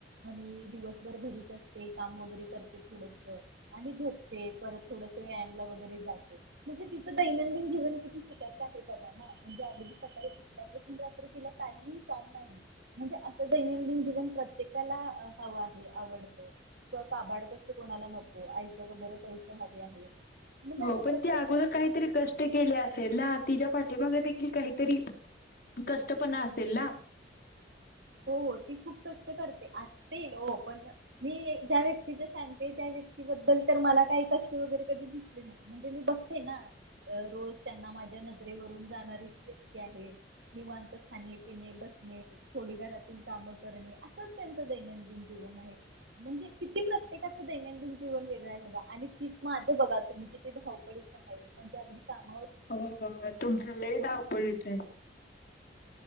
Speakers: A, on the right; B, on the left.
A: आणि दिवसभर घरीच असते. काम वगैरे करते थोडस. आणि झोपते. परत थोडस व्यायामला वगैरे जाते. म्हणजे तिच दैनंदिन जीवन किती सुकाचं आहे बघा ना. म्हणजे अगदी सकाळी उठल्यापासून रात्री तिला काहीही काम नाही. म्हणजे असं दैनंदिन जीवन प्रत्येकाला हवं आहे. आवडतं. किंवा काड कष्ट कोणाला नको. आईते वगैरे पैसे हवे आहे. म्हणजे
B: हो
A: असं प्रत्य
B: पण ती अगोदर काहीतरी कष्ट केले असेल ना. तिच्या पा ठी मग देखील काहीतरी कष्टपण असेल ना.
A: हो ती खूप कष्ट करते. असते हो पण मी ज्या व्यक्तीच्या सांगतेय. त्या व्यक्तीबद्दल तर मला काही कष्ट वगैरे कधी दिसले नाही. म्हणजे मी बघते ना रोज. त्यांना माझ्या नर नजरेवरुन जाणारी ती व्यक्ती आहे. निवांत खाणे पिणे बसणे. थोडी घरातील काम करणे. असंच त्यांचं दैनंदिन जीवन आहे. म्हणजे किती प्रत्येकाचं दैनंदिन जीवन वेगळं आहे बगा. आणि तीच माझं बघा तुम्ही किती धावपळी आहे. म्हणजे अगदी कामा
B: हो तुमचं लय धावपळीच आहे.